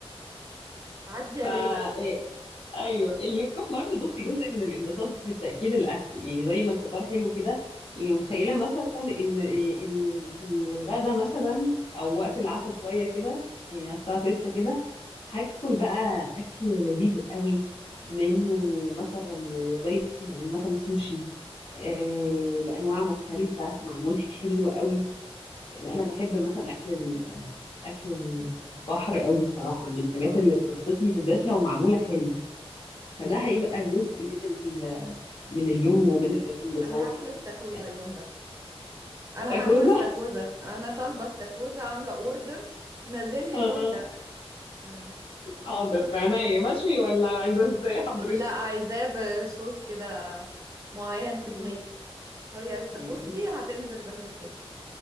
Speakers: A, on the right (about 30°); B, on the left (about 60°).
A: عدي يا
B: ف آه،
A: ليلى
B: ايوه اليوم برضو بصي جزء من الانبساط بالتاكيد الاكل يعني زي ما الفطار حلو كده يعني متخيله مثلا ان إيه، ال- الغدا مثلا او وقت العشاء شويه كده يعني على الساعه 6 كده هاكل بقى اكل لذيذ قوي منه مثلا زي س- يعني مثلا سوشي آه، بانواع مختلفه معمول حلو قوي انا بحب مثلا اكل ال- اكل البحر قوي بصراحه من الحاجات
A: اه
B: اللي بتبسطني بالذات لو معموله حلو فده هيبقى
A: انا كمان
B: جزء من ال...
A: مم.
B: من اليوم ومن الانبساط
A: انا هاكل استاكوزا
B: يعني
A: اليوم ده انا
B: استاكوزا
A: حاجزه استاكوزا انا طالبه استاكوزا عامله اوردر نازل لي
B: اه
A: اليوم ده مم.
B: حاضر عينيا مشوي ولا عايزه ازاي حضرتك
A: لا عايزاه بصوص كده معين في
B: مم.
A: دماغي هي استاكوزتي
B: ماشي
A: هتنزل بالحتات